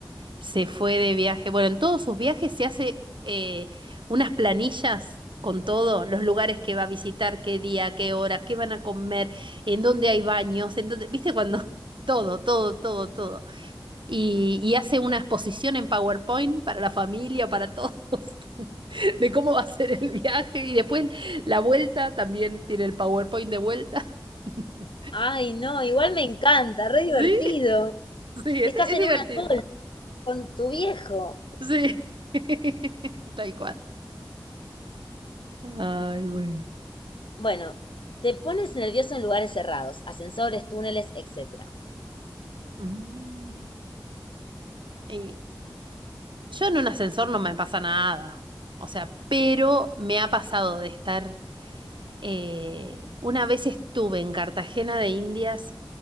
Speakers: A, on the right; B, on the left.
A: se fue de viaje. Bueno, en todos sus viajes se hace eh, unas planillas con todo, los lugares que va a visitar, qué día, qué hora, qué van a comer, en dónde hay baños, en dónde, viste, cuando <laughs> todo, todo, todo, todo. Y, y hace una exposición en PowerPoint para la familia, para todos, <laughs> de cómo va a ser el viaje. Y después la vuelta también tiene el PowerPoint de vuelta. <laughs>
B: Ay, no, igual me encanta, re divertido.
A: Sí, sí,
B: Estás
A: este- es
B: en
A: divertido.
B: una call con tu viejo.
A: Sí, <laughs> tal cual. Ay, bueno.
B: Bueno, te pones nervioso en lugares cerrados, ascensores, túneles, etcétera.
A: Mm, Y yo en un ascensor no me pasa nada. O sea, pero me ha pasado de estar... eh, una vez estuve en Cartagena de Indias